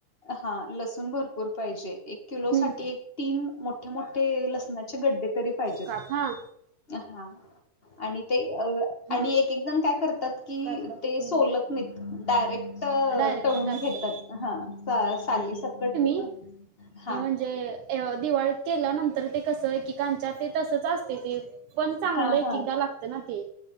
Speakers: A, on the left (about 25°); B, on the right (about 80°).
A: हा लसूण भरपूर पाहिजे एक किलो
B: हम्म
A: साठी एक. तीन मोठे मोठे लसणाचे गड्डे तरी पाहिजेत.
B: काप हा
A: हा आणि ते अ
B: हा
A: आणि एक एक जण काय करतात. कि
B: करतात
A: ते
B: हम्म.
A: सोलत नाहीत डायरेक्ट
B: डायरेक्ट
A: तळून
B: टाकतात
A: घेतात हा, सा साली सकट-
B: कि
A: हा
B: म्हणजे, अ दिवाळीत केल्यानंतर ते कसं एकेकांच्या ते तसच असते ते पण चांगलं
A: हा
B: एक
A: हा
B: एकदा लागत ना ते